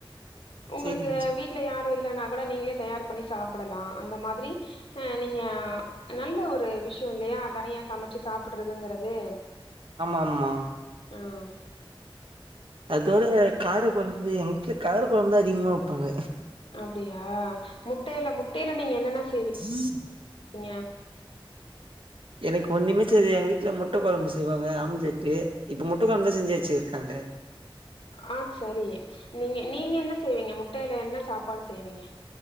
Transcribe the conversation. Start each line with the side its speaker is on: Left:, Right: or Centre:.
Left: உங்களுக்கு
Right: செரிங் சே
Left: வீட்ல யார் கூட இல்லைன்னா கூட நீங்களே தயார் பண்ணி சாப்பிடலாம் அந்த மாதிரி ஹ நீங்க நல்ல ஒரு விஷயம் இல்லையா தனியா சமைச்சு சாப்பிடுறதுங்குறது
Right: ஆமா ஆமா
Left: உம்
Right: அதோட கார கொழம்பு எங்க வீட்ல கார குழம்பு தான் அதிகமா வைப்பாங்க
Left: அப்படியா முட்டையில முட்டையில நீங்க என்னென்ன செய்வீங்
Right: ம்
Left: விங்க
Right: எனக்கு ஒண்ணுமே தெரியாது எங்க வீட்டுல முட்ட கொழம்பு செய்வாங்க அம்லெட்டு இப்ப முட்டக்கொழம்புதா செஞ்சு வச்சுருக்காங்க
Left: ஆஹ் சரி நீங்க நீங்க என்ன செய்வீங்க முட்டையில என்ன சாப்பாடு செய்வீங்க